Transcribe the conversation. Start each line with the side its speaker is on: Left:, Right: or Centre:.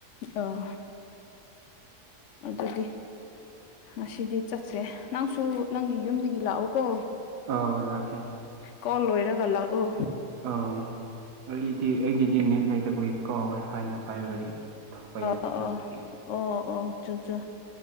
Left: ꯑꯣ ꯑꯗꯨꯗꯤ ꯉꯁꯤꯗꯤ ꯆꯠꯁꯦ ꯅꯪꯁꯨ ꯅꯪꯒꯤ ꯌꯨꯝꯗꯒꯤ ꯂꯥꯛꯑꯣꯀꯣ
Right: ꯑꯗꯀꯦ
Left: ꯀꯣꯜ ꯂꯣꯏꯔꯒ ꯂꯥꯛꯑꯣ
Right: ꯑꯥ ꯑꯩꯗꯤ ꯑꯩꯒꯤꯗꯤ ꯅꯦꯠ ꯂꯩꯇꯕꯒꯤ ꯀꯣ ꯋꯥꯏ ꯐꯥꯏꯅ ꯄꯥꯏꯕꯒꯤ ꯊꯣꯛꯣꯛꯄ ꯌꯥꯗ
Left: ꯑꯣ
Right: ꯍꯧꯖꯤꯀꯤ
Left: ꯑꯣ ꯑꯣ ꯆꯣ ꯆꯣ